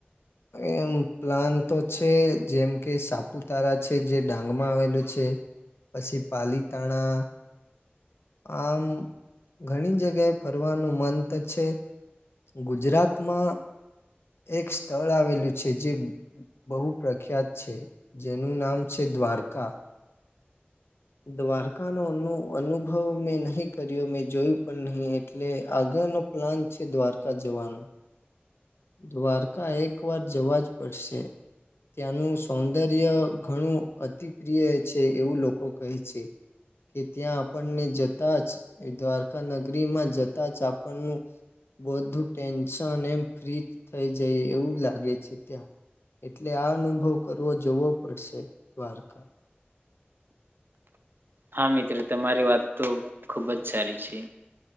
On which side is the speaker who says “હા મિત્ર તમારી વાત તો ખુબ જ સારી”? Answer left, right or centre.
Right